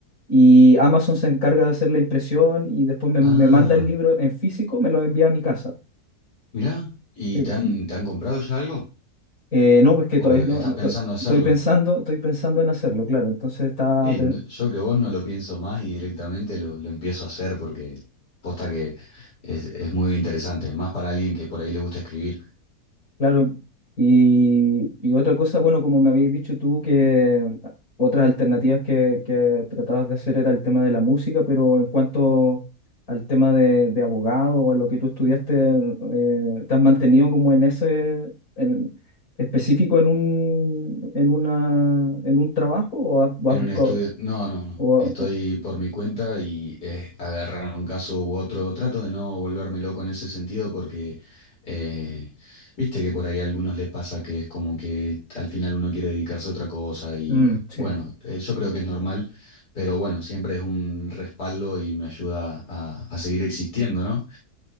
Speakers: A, on the left (about 65°); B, on the left (about 85°).
A: y Amazon se encarga de hacer la impresión y después me, me
B: Ah,
A: manda el libro en físico, me lo envía a mi casa.
B: mirá. ¿Y
A: Sí,
B: te
A: pues.
B: han, te han comprado ya algo?
A: Eh, no, pues que
B: ¿O
A: todavía
B: estás
A: no, no,
B: pensando
A: to-
B: hacerlo?
A: estoy pensando, estoy pensando en hacerlo, claro, entonces está
B: Sí, no- yo que vos no lo pienso más y directamente lo, lo empiezo a hacer porque posta que es, es muy interesante, más para alguien que por ahí le gusta escribir.
A: Claro, y, y otra cosa, bueno, como me habéis dicho tú, que otras alternativas que, que tratabas de hacer era el tema de la música, pero en cuanto al tema de, de abogado o a lo que tú estudiaste, eh, ¿te has mantenido como en ese, en- específico en un, en una, en un trabajo o has, o has
B: En
A: buscado?
B: un estudio, no, no, no.
A: o-
B: Estoy
A: o-
B: por mi cuenta y es agarrar un caso u otro. Trato de no volverme loco en ese sentido porque, eh, viste que por ahí a algunos les pasa que es como que al final uno quiere dedicarse a otra cosa y
A: Mm, sí,
B: bueno, eh, yo creo que es normal, pero bueno, siempre es un respaldo y me ayuda a, a seguir existiendo, ¿no?